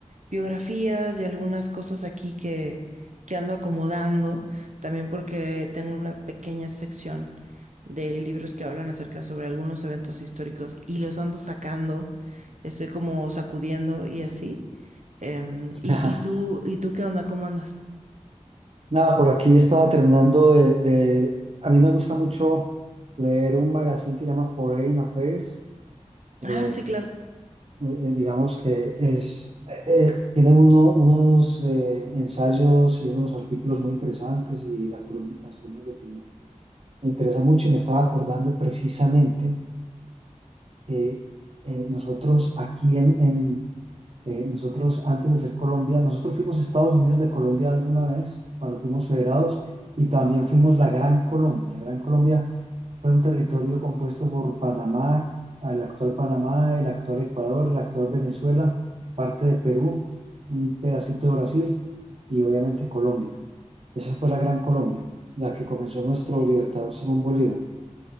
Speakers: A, on the right; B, on the right.
A: biografías y algunas cosas aquí que, que ando acomodando, también porque tengo una pequeña sección de libros que hablan acerca sobre algunos eventos históricos y los ando sacando, estoy como sacudiendo y así. Em, y,
B: <laughs>
A: y tú, ¿y tú qué onda? ¿Cómo andas?
B: Nada, por aquí estaba terminando de, de- A mí me gusta mucho leer un magazine que llama Foreign Affairs. Eh,
A: Ah, sí, claro,
B: eh, digamos que es, eh, eh, tiene uno- unos eh, ensayos y unos artículos muy interesantes y la columna- las columnas de opinión. Me interesa mucho y me estaba acordando precisamente que eh, nosotros aquí en, en Eh, nosotros, antes de ser Colombia, nosotros fuimos Estados Unidos de Colombia alguna vez, cuando fuimos federados, y también fuimos la Gran Colombia. La Gran Colombia fue un territorio compuesto por Panamá, el actual Panamá, el actual Ecuador, el actual Venezuela, parte de Perú, un pedacito de Brasil y obviamente Colombia. Esa fue la Gran Colombia, la que comenzó nuestro libertador Simón Bolívar.